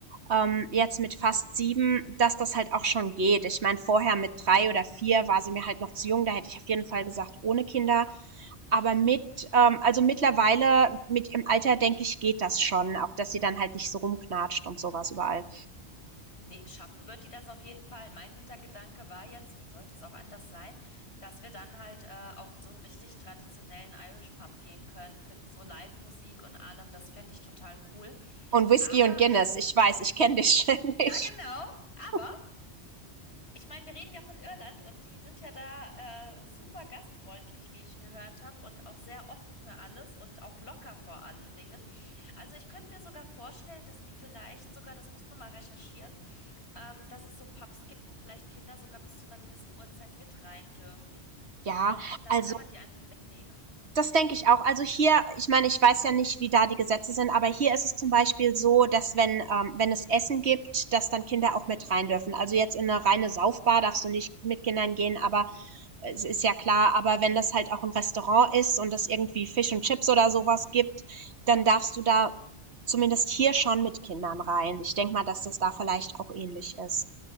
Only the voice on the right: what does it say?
ähm, jetzt mit fast sieben, dass das halt auch schon geht. Ich meine, vorher mit drei oder vier war sie mir halt noch zu jung, da hätte ich auf jeden Fall gesagt, ohne Kinder. Aber mit, ähm, also mittlerweile, mit im Alter, denke ich, geht das schon. Auch, dass sie dann halt nicht so rumknatscht und sowas überall.
Und Whisky
und Guinness, ich weiß, ich kenne dich ständig.
<laughs>
Ja,
also
Das denke ich auch. Also hier, ich meine, ich weiß ja nicht, wie da die Gesetze sind, aber hier ist es zum Beispiel so, dass wenn, ähm, wenn es Essen gibt, dass dann Kinder auch mit rein dürfen. Also jetzt in eine reine Saufbar darfst du nicht mit Kindern gehen, aber es ist ja klar, aber wenn das halt auch ein Restaurant ist und es irgendwie Fisch und Chips oder sowas gibt, dann darfst du da zumindest hier schon mit Kindern rein. Ich denke mal, dass das da vielleicht auch ähnlich ist.